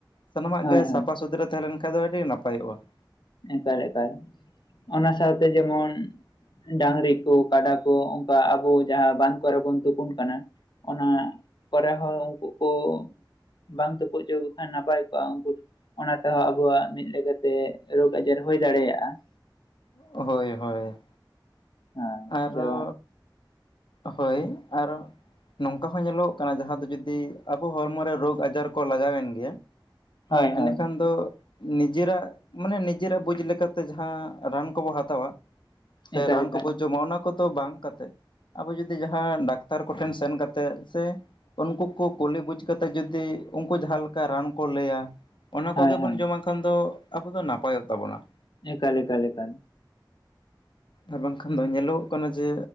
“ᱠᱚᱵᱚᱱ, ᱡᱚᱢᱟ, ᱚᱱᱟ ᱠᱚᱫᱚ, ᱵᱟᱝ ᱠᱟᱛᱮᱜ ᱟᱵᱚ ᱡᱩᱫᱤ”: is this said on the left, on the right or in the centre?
Left